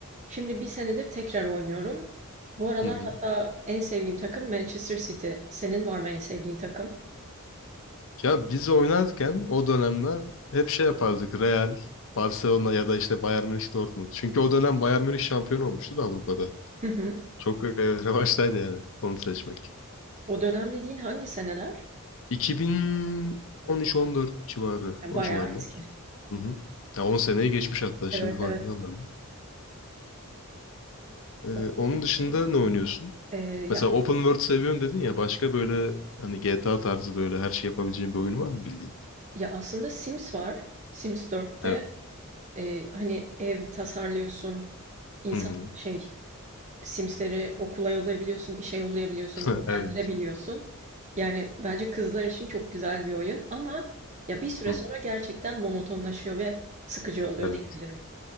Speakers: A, on the right; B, on the left.
A: Şimdi bir senedir tekrar oynuyorum. Bu aralar
B: Hı hı.
A: hatta en sevdiğim takım Manchester City. Senin var mı en sevdiğin takım?
B: Ya biz oynarken o dönemler hep şey yapardık. Real, Barcelona ya da işte Bayern Münih, Dortmund. Çünkü o dönem Bayern Münih şampiyon olmuştu da Avrupa'da.
A: Hı hı.
B: Çok e, <laughs> revaçtaydı yani onu seçmek.
A: O dönem dediğin hangi seneler?
B: 2013-14 civarı
A: Ya,
B: o
A: Bayağı
B: civarlar.
A: eski.
B: Hı hı. Ya 10 seneye geçmiş hatta
A: Evet
B: şimdi farkına
A: evet.
B: vardım. Ee,
A: Onun
B: onun dışında
A: için,
B: ne oynuyorsun?
A: e, ya
B: Mesela open world seviyorum dedin ya başka böyle hani GTA tarzı böyle her şey yapabileceğin bir oyun var mı bildiğin?
A: Ya aslında Sims var. Sims 4'te
B: Evet.
A: e, hani ev tasarlıyorsun, insan
B: Hı hı.
A: şey Sims'leri okula yollayabiliyorsun, işe yollayabiliyorsun,
B: <laughs>
A: evlendirebiliyorsun.
B: Evet.
A: Yani bence kızlar için çok güzel bir oyun ama ya bir süre
B: Hı.
A: sonra gerçekten monotonlaşıyor ve sıkıcı oluyor
B: Evet.
A: diyebilirim.